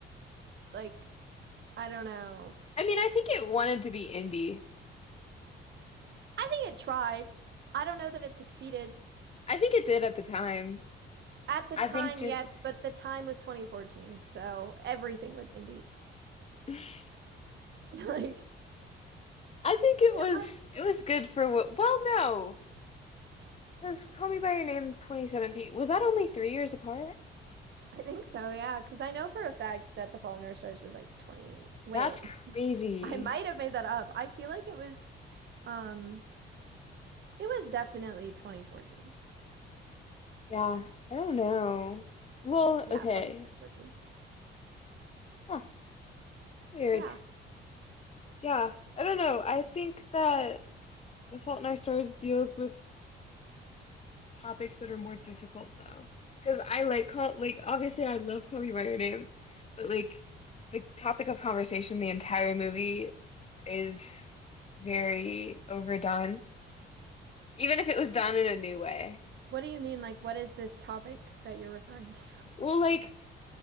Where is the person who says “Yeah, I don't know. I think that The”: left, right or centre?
Left